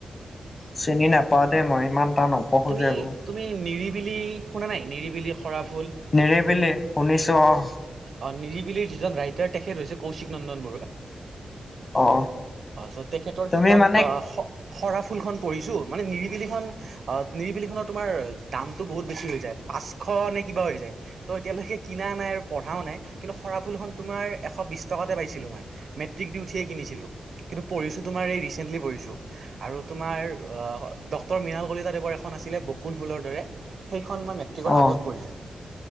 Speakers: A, on the left; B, on the right.
A: চিনি নাপাওঁ দেই মই ইমান- এটা নপঢ়ো
B: তুমি
A: যে এইবোৰ
B: তুমি নিৰিবিলি শুনা নাই নিৰিবিলি সৰা ফুল।
A: নিৰিবিলি শুনিছোঁ অঁ'
B: অঁ' নিৰিবিলিৰ যিজন ৰাইটাৰ তেখেত হৈছে কৌশিক নন্দন বৰুৱা।
A: অ
B: পাছছ তেখেতৰ
A: তুমি
B: কিতাপ
A: মানে
B: আ হ- শৰা ফুলখন পঢ়িছো, মানে নিৰিবিলিখন- অ' নিৰিবিলি খনৰ তোমাৰ দামতটো বহুত বেছি হৈ যায় পাঁচশ নে কিবা হৈ যায়? ত এতিয়ালেকে কিনা নাই আৰু- পঢ়াও নাই, কিন্তু খৰা ফুলখন তোমাৰ এশ বিছ টকাতে পাইছিলোঁ মই মেট্ৰিক দি উঠিয়ে কিনিছিলোঁ। কিন্তু, পঢ়িছো তোমাৰ এই ৰিচেণ্টলি পঢ়িছো। আৰু তোমাৰ আহ ডক্টৰ মৃণাল কলিতাদেৱৰ এখন আছিলে বকুুল ফুলৰ দৰে। সেইখন মই মেট্ৰিকৰ
A: অ
B: আগত পঢ়িছিলো,